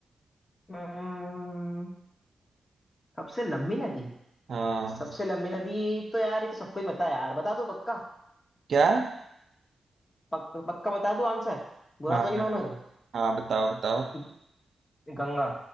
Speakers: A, on the left; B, on the right.
A: हम्म, सबसे लंबी नदी
B: हाँ
A: सबसे लंबी नदी तो यार ये तो सबको ही पता है यार बता दो पक्का
B: क्या
A: पक, पक्का बता दो आंसर बुरा
B: हाँ
A: तो नहीं मानोगे
B: हाँ बताओ बताओ
A: ग- गंगा